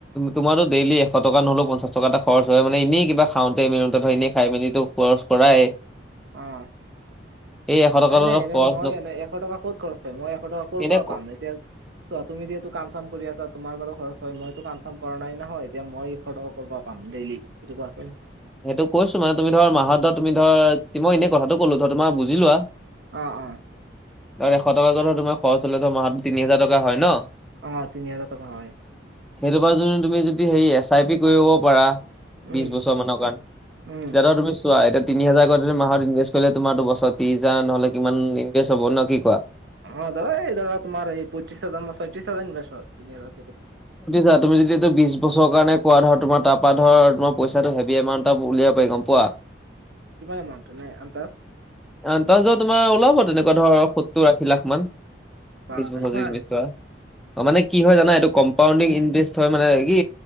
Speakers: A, in the centre; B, on the right.
A: তোমাৰো ডেইলি এশ টকা নহলেও, পঞ্চাশ টকা এটা খৰচ হয়! মানে এনেই কিবা খাওঁতে মেলোতে ধৰ এনেই খাই মেলি তো, তো <unintelligible>
B: অ',
A: এশ টকা
B: নাই,
A: এটা
B: নাই
A: ধৰ
B: এনে
A: খৰচ
B: মই
A: ন
B: এনে এশ টকা ক'ত খৰচ কৰিম! মই এশ টকা ক'ৰ
A: এনে
B: পৰা
A: ক-
B: পাম এতিয়া ত তুমি য এইটো কাম চাম কৰি আছা, তোমাৰ বাৰু খৰচ হয় মইতো কাম চাম কৰা নাই নহয় এতিয়া মই <inaudible> ডেইলি সেইটো কোৱাচোন
A: সেইটো কৈছোঁ! মানে তুমি ধৰা মাহত ধৰা তুমি ধৰা মই এনেই কথাটো কলোঁ ধৰা তোমাৰ বুজি লোৱা!
B: অ', অ',
A: আৰু এশ টকাকৈ হলেও তোমাৰ খৰচ হলে মাহত তিনি হাজাৰ টকা হয় ন।
B: অ', তিনি হাজাৰ টকা হয়!
A: সেইটো পা যদি তুমি যদি হেৰি এছ আই পি কৰিব পাৰা
B: উম
A: বিশ বছৰ মানক <unintelligible>
B: উম
A: তুমি চোৱা <unintelligible> তিনি হাজাৰ কৰি যদি মাহত ইনভেষ্ট কৰিলে, তোমাৰ দুবছৰ ত্ৰিশ হাজাৰ নহ'লে কিমান ইনভেষ্ট হব ন কি কোৱা
B: অ', দাদা এই দাদা তোমাৰ এই পঁয়ত্ৰিশ হাজাৰ নে ছয়ত্ৰিশ হাজাৰ ইনভেষ্ট হয়! তিনি হাজাৰ
A: া তুমি যদি এইটো বিশ বছৰ কাৰণে কোৱা ধৰা তোাৰপ পৰা ধৰ তোমাৰ পইচাটো হেভি এমাউণ্ট <inaudible> উলিয়াব পাৰি! গম পোৱা!
B: কিমান এমাউণ্ট এনে আন্তাজ
A: আন্তাজত তোমাৰ ওলাব তেনেকুৱা ধৰ সত্তৰ আশী লাখমান
B: বা
A: বিশ বছৰ
B: ইমান
A: যদি ইনভেষ্ট কৰা মানে কি হয় জানা এইটো কম্পাউণ্ডিং ইণ্টাৰেষ্ট হয় মানে কি